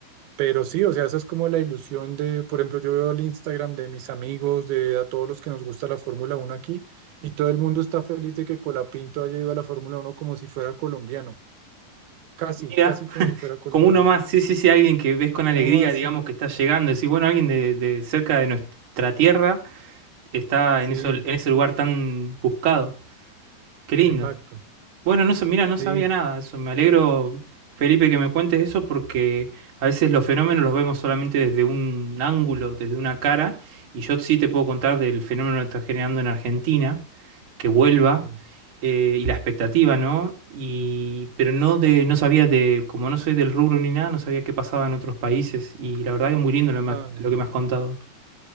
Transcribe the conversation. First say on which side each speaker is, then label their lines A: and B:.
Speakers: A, on the right; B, on the right.
A: Pero sí, o sea, esa es como la ilusión de, por ejemplo, yo veo el Instagram de mis amigos, de a todos los que nos gusta la Fórmula Uno aquí, y todo el mundo está feliz de que Colapinto haya ido a la Fórmula Uno como si fuera colombiano, casi,
B: Mira,
A: casi como si fuera colombiano.
B: con uno más, sí, sí, sí, alguien que ves con alegría,
A: Uno más,
B: digamos,
A: sí.
B: que está llegando, decís, bueno, alguien de, de cerca de nuestra tierra está
A: Sí,
B: en, eso, en ese lugar tan buscado. Qué lindo.
A: exacto.
B: Bueno, no, sa- mira, no
A: Sí.
B: sabía nada de eso. Me alegro, Felipe, que me cuentes eso porque a veces los fenómenos los vemos solamente desde un ángulo, desde una cara. Y yo sí te puedo contar del fenómeno que está generando en Argentina, que vuelva,
A: mm,
B: eh, y la expectativa, ¿no? Y, pero no
A: sí.
B: de, no sabía de, como no soy del rubro ni nada, no sabía qué pasaba en otros países. Y la verdad que muy lindo lo, ma-
A: No, no,
B: lo
A: no.
B: que me has contado.